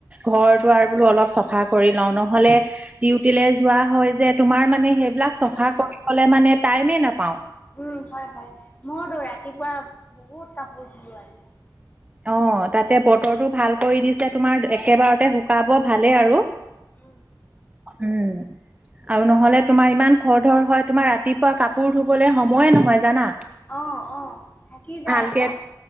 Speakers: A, on the right; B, on the left.
A: ঘৰ-দোৱাৰ বোলোঁ অলপ চফা কৰি লওঁ, নহ'লে ডিউটি লৈ যোৱা হয় যে, তোমাৰ মানে সেইবিলাক চফা
B: উম,
A: কৰিলে মানে টাইমে নাপাওঁ।
B: উম, হয়, হয়, মইতো ৰাতিপুৱা বহুত কাপোৰ ধুলো আজি।
A: অ, তাতে বতৰটো ভাল কৰি দিছে, তোমাৰ একেবাৰতে শুকাব ভালেই আৰু।
B: উম
A: উম, আৰু নহ'লে তোমাৰ ইমান খৰ ধৰ হয়, তোমাৰ ৰাতিপুৱা কাপোৰ ধুবলৈ সময়ে নহয় জানা।
B: অ, অ, থাকি যায়
A: ভালকে
B: আকৌ।